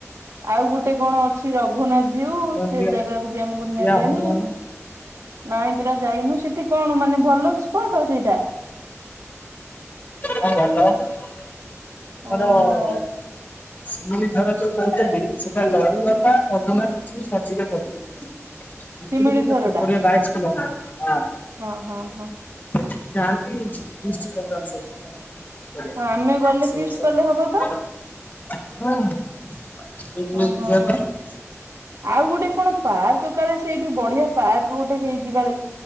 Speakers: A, on the right; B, on the left.
A: ଆଉ ଗୋଟେ କଣ ଅ କିଛି ରଘୁନାଥ ଯିଉ
B: ଗଣ୍ଡିଆ
A: ସେ ଜାଗାକୁ ବି ଆମକୁ
B: ଗଣ୍ଡିଆ
A: ନେଲେନି
B: ହନୁମାନ
A: ନାଇଁ ପରା। ଯାଇନୁ ସେଠି କଣ ମାନେ ଭଲ ସ୍ପଟ ସେଇଟା?
B: ହଁ ଭଲ ଆମର-ଅ-ଅ-ଅ
A: ଓହୋ
B: ସିମିଳି ଝର ଯୋଉ କହୁଛନ୍ତି ସେଟା ଲଡୁ ବାବା ରଘୁନାଥ <unintelligible> ମଝି ରେ ପଡିବ। <unintelligible>
A: ଶିମିଳି ଝର ଟା
B: ବାଇଶ କିଲୋ ମିଟର।
A: ହଁ ହଁ ହଁ।
B: ସେଠି କି ଯାଆନ୍ତି ଲିଷ୍ଟ୍ କରନ୍ତି ସବୁ। ବଢିଆ
A: ହଁ ଆମେ ଗଲେ
B: ରୋଷେଇ
A: ଫିଷ୍ଟ କଲେ ହବ
B: ବାସ
A: ତ
B: ହୁଁ।
A: ଓହୋ ହୋ ଆଉ ଗୋଟେ କଣ ପାର୍କ କାଳେ ସେଇଠି ବଢିଆ ପାର୍କ ଗୋଟେ ହେଇଛି କାଳେ।